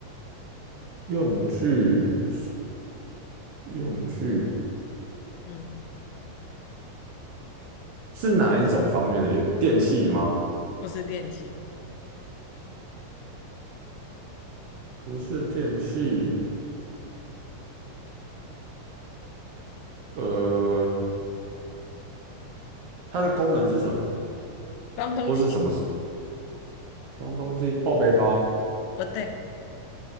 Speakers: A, on the right; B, on the left.
A: 用具，用具，
B: 嗯，
A: 是哪一种方面的？有电器吗？
B: 不是电器，
A: 不是电器，呃，它的功能是什么？
B: 脏东西，
A: 或是什么装东西？后背包，
B: 不对。